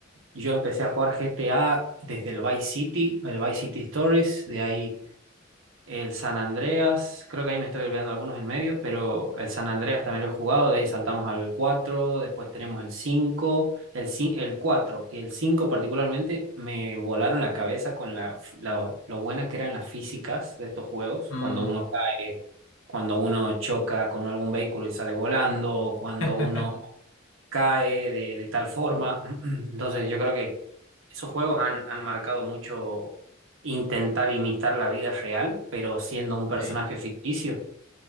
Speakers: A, on the right (about 80°); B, on the left (about 80°).
A: Yo empecé a jugar GTA desde el Vice City, el Vice City Stories, de ahí el San Andreas, creo que ahí me estoy olvidando algunos en medio, pero el San Andreas también lo he jugado, de ahí saltamos al 4, después tenemos el 5, el, cin- el 4 y el 5 particularmente me volaron la cabeza con la, la- lo buena que eran las físicas de estos juegos,
B: Mm,
A: cuando uno cae, cuando uno choca con algún vehículo y sale volando, cuando
B: <laughs>
A: uno cae de, de tal forma. <clears throat> Entonces yo creo que esos juegos han, han marcado mucho intentar imitar la vida real, pero siendo un personaje
B: sí.
A: ficticio.